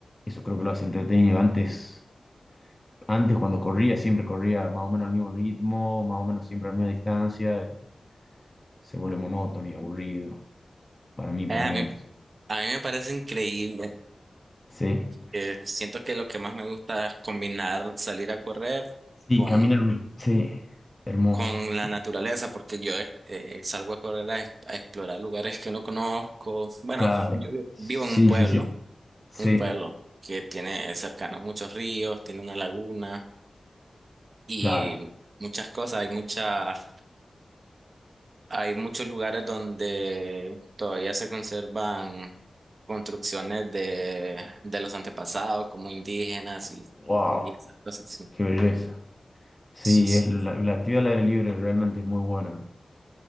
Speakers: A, on the left (about 20°); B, on the right (about 60°).
A: eso creo que lo hace entretenido. Antes, antes cuando corría, siempre corría más o menos al mismo ritmo, más o menos siempre a la misma distancia, y se vuelve monótono y aburrido, para mí por
B: Eh,
A: lo
B: a
A: menos.
B: mí, a mí me parece increíble.
A: Sí.
B: Eh, siento que lo que más me gusta es combinar salir a correr
A: Sí,
B: con,
A: camina hermoso. Sí, hermoso.
B: con la naturaleza, porque yo eh, salgo a correr a, a explorar lugares que no conozco. Bueno,
A: Claro.
B: yo
A: Sí,
B: vivo en un pueblo,
A: sí, sí. Sí,
B: un pueblo que tiene cercano muchos ríos, tiene una laguna y
A: claro.
B: muchas cosas. Hay muchas. Hay muchos lugares donde todavía se conservan construcciones de, de los antepasados, como indígenas y,
A: Wow,
B: y esas cosas. Sí,
A: qué belleza. Sí,
B: sí, sí.
A: es la, la actividad al aire libre realmente es muy buena